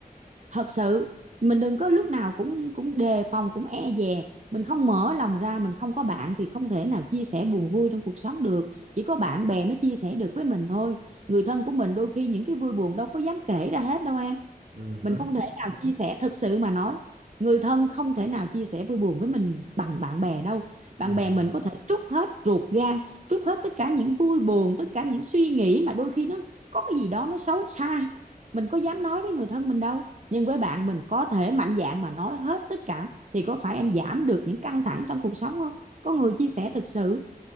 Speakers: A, on the right (about 50°); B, on the right (about 70°).
A: thật sự mình đừng có lúc nào cũng cũng đề phòng cũng e dè mình không mở lòng ra mình không có bạn thì không thể nào chia sẻ buồn vui trong cuộc sống được chỉ có bạn bè mới chia sẻ được với mình thôi người thân của mình đôi khi những cái vui buồn đâu có dám kể ra hết đâu em
B: ừ
A: mình
B: hứ,
A: không thể nào chia sẻ thực sự mà nói người thân không thể nào chia sẻ vui buồn với mình bằng bạn bè đâu bạn
B: ừ
A: bè mình có thể trút hết ruột gan trút hết tất cả những vui buồn tất cả những suy nghĩ mà đôi khi nó có cái gì đó nó xấu xa mình có dám nói với người thân mình đâu nhưng với bạn mình có thể mạnh dạn mà nói hết tất cả thì có phải em giảm được những căng thẳng trong cuộc sống không có người chia sẻ thực sự